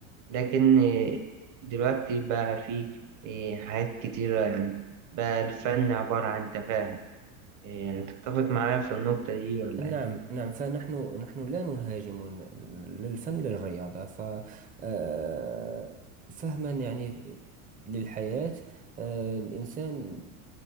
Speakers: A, on the right; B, on the right.
A: لكن آه، دلوقتي بقى في آه، حاجات كتيرة يعني بقى الفن عبارة عن تفاهة آه، تتفق معايا في النقطة دي ولا
B: نعم
A: ايه؟
B: نعم فنحن نحن لا نهاجم للفن للرياضة ف آه، فهما يعني للحياة آه، الإنسان